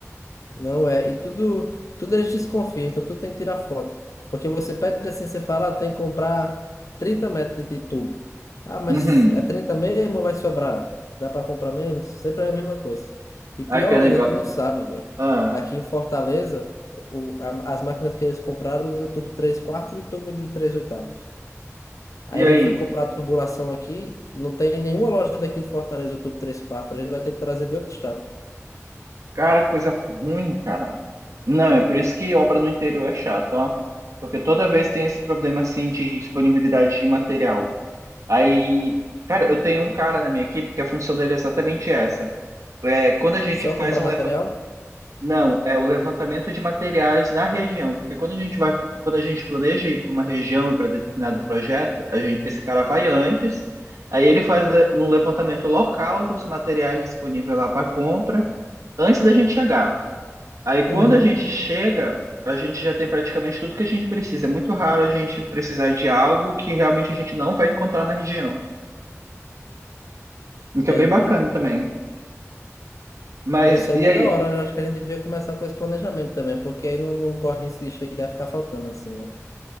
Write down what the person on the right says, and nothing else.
Uhum.
Aquele
negócio.
Ah,
e
aí?
Cara, que coisa ruim, cara. Não, é por isso que obra no interior é chato, ó. Porque toda vez tem esse problema assim de disponibilidade de material. Aí, cara, eu tenho um cara na minha equipe que a função dele é exatamente essa. É, quando a gente
faz
um
leva... Não, é o levantamento de materiais na região, porque quando a gente vai, quando a gente planeja ir para uma região para determinado projeto, a gente, esse cara vai antes, aí ele faz le- no levantamento local dos materiais disponíveis lá para compra antes da gente chegar. Aí quando
a gente chega, a gente já tem praticamente tudo que a gente precisa. É muito raro a gente precisar de algo que realmente a gente não vai encontrar na região. O que
é bem bacana também. Mas
e
aí?